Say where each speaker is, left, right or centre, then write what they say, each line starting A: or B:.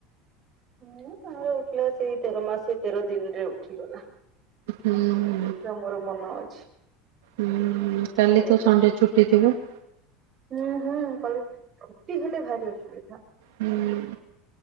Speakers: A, on the right; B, on the right.
A: ହୁଁ ଆର ଉଠିଲା ସେଇ ତେର ମାସ ତେର ଦିନରେ ଉଠିଗଲା।
B: ହୁଁ।
A: ର ମୋର ମନ ଅଛି।
B: ହୁଁ କାଲି
A: ଡେଟ
B: ତ ସଣ୍ଡେ ଛୁଟି ଥିବ।
A: ହୁଁ ହୁଁ କାଲି ଛୁଟି ହେଲେ ଭାରି ଅସୁବିଧା।
B: ହୁଁ।